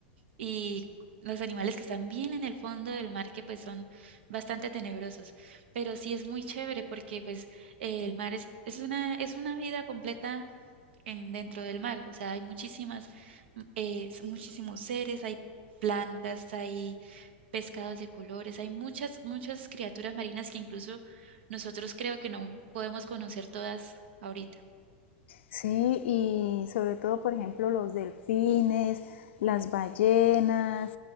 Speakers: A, on the right; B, on the left.
A: y los animales que están bien en el fondo del mar, que pues son bastante tenebrosos. Pero sí es muy chévere porque pues eh, el mar es, es una, es una vida completa en, dentro del mar. O sea, hay muchísimas, mm, eh, s- muchísimos seres, hay plantas, hay pescados de colores, hay muchas, muchas criaturas marinas que incluso nosotros creo que no podemos conocer todas ahorita.
B: Sí, y sobre todo, por ejemplo, los delfines, las ballenas,